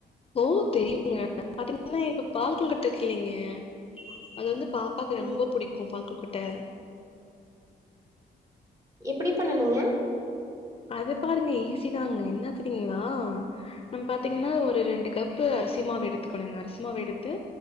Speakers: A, on the left; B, on the right.
A: ஓ தெரியுங்க பாத்தீங்கன்னா இப்ப பால் கொழுக்கட்டை இருக்கு இல்லைங்க அது வந்து பா பாப்பாவுக்கு
B: ம்
A: ரொம்ப பிடிக்கு பால் கொழுக்கட்டை
B: எப்டி பண்ணணுங்க
A: அது பாருங்க ஈஸிதாங்க என்ன தெரியீங்களா நம்ம பாத்தீங்கன்னா ஒரு ரெண்டு கப்பு அரிசி மாவு எடுத்துக்கணுங்க அரிசி மாவு எடுத்து